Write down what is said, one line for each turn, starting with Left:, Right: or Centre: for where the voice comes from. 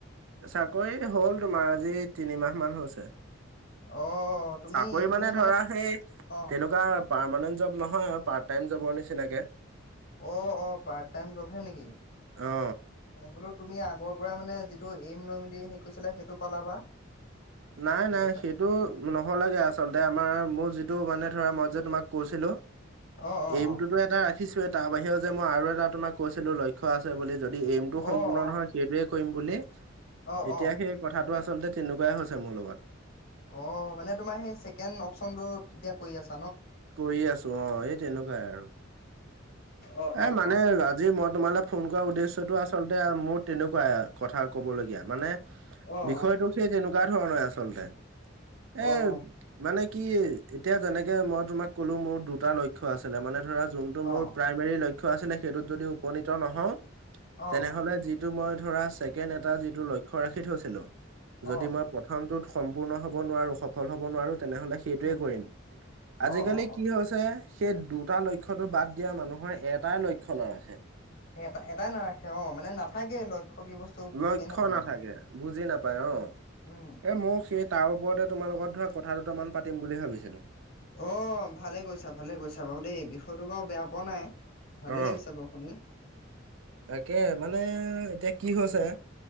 Right: চাকৰি হল তোমাৰ। আজি তিনিমাহ মান হৈছে।
Left: অ তুমি
Right: চাকৰি মানে
Left: এই
Right: ধৰা সেই
Left: অ
Right: তেনেকুৱা পাৰমানেণ্ট জব নহয় আৰু পাৰ্ট টাইম জবৰ নিচিনাকে।
Left: অ অ পাৰ্ট টাইম জবহে নেকি
Right: অ
Left: মই বোলো তুমি আগৰ পৰাই মানে যিটো এইম লৈ মেলি সেৰি কৰিছিলা সেইটো পালাবা।
Right: নাই নাই
Left: চাকৰি
Right: সেইটো
Left: পালাবা
Right: নহ'ল গে আচলতে আমাৰ মোৰ যিটো মানে ধৰা মই যে তোমাক কৈছিলো
Left: অঁ অঁ
Right: এইমটোতো
Left: অঁ
Right: এটা ৰাখিছো এ তাৰ বাহিৰেও যে মই আৰু এটা তোমাক কৈছিলো লক্ষ্য আছে বুলি যদি এইমটো
Left: অঁ
Right: সম্পূৰ্ণ
Left: অঁ
Right: নহয় সেইটোৱে কৰিম বুলি
Left: অঁ
Right: এতিয়া
Left: অঁ
Right: সেই কথাটো আচলতে তেনেকুৱাই হৈছে মোৰ লগত
Left: অ মানে তোমাৰ সেই ছেকেণ্ড অপচনটো এতিয়া কৰি আছে
Right: কৰিয়ে আছো অ এই তেনেকুৱাই আৰু
Left: অঁ
Right: এ
Left: অঁ
Right: মানে
Left: অঁ
Right: আজিৰ মদ তোমালে ফোন কৰ উদ্দেশ্যয়টো আচলতে মোৰ তেনেকুৱা কথা ক'বলগীয়া মানে
Left: অঁ
Right: বিষয়টোক সেই তেনেকুৱা ধৰণে আচলতে এ
Left: অঁ অঁ
Right: মানে কি এতিয়া যেনেকে মই তোমাক ক'লো মোৰ দুটা লক্ষ্য আছিলে মানে ধৰা যোনটো
Left: অঁ
Right: মোৰ প্ৰায় লক্ষ্য আছিলে‌ সেইটোত যদি উপনিত নহও
Left: অঁ
Right: তেনেহলে
Left: অঁ
Right: যিটো মই ধৰা চেকেণ্ড এটা যিটো লক্ষ্য ৰাখি থৈছিলো যদি
Left: অঁ
Right: মই প্ৰথমটোত সম্পূৰ্ণ হব নোৱাৰো সফল হব নোৱাৰো তেনেহলে সেইটোৱে
Left: উম
Right: কৰিম আজিকালি
Left: অঁ অঁ অঁ
Right: কি হৈছে সেই দুটা লক্ষ্যতো বাদ দিয়া মানুহৰ এটাই লক্ষণৰ আছে
Left: এটা এটা নাৰাখে অ মানে নাথাকে লক্ষ্য কি বস্তু বুজিয়ে
Right: লক্ষ্য
Left: নাপায়
Right: নাথাকে
Left: মানে
Right: বুজি নাপায়
Left: উম
Right: অ
Left: উম
Right: এ মখ তাৰ ওপৰতে তোমাৰ লগত ধৰা কথা দুটামান পাতিম বুলি ভাবিছিলো
Left: অ ভালে কৈছা ভালে কৈছা বাৰু দেই বিষয়টো বাৰু বেয়া পোৱা নাই ভালে
Right: অ
Left: লাগিছে বাৰু শুনি
Right: তাকে মানে এতিয়া কি হৈছে
Left: উম